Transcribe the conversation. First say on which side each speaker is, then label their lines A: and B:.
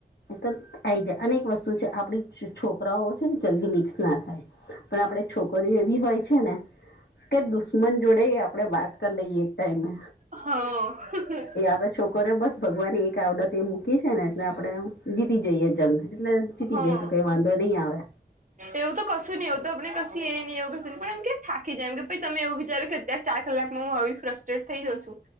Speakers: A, on the left (about 80°); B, on the right (about 50°).
A: ત આઈ જા અને એક વસ્તુ છે આપણી છ છોકરાઓ છે ને જલ્દી મિક્સ ના થાય પણ આપડે છોકરીઓ એ વી હોય છે ને કે દુશ્મન જોડેય આપણે વાત કરી લઈએ એક ટાઈમે.
B: હ.
A: કે આપડે છોકરીઓ બસ ભગવાન એક આવડત એ મૂકી છે ને એટલે આપડે જીતી જઈએ જંગ. એટલે
B: હ
A: જીતી
B: હ
A: જઈશું કઈ વાંધો નઈ આવે.
B: એવું તો કશું નઈ હોતું આપણે કશી એય નઈ એવું કશું નઈ પણ એમ કે થાકી જાય એમ કેય પછી તમે એવું વિચારો કે યાર ચાર કલાકમાં હું આવી ફ્રસ્ટ્રેટ થઈ જાઉ છું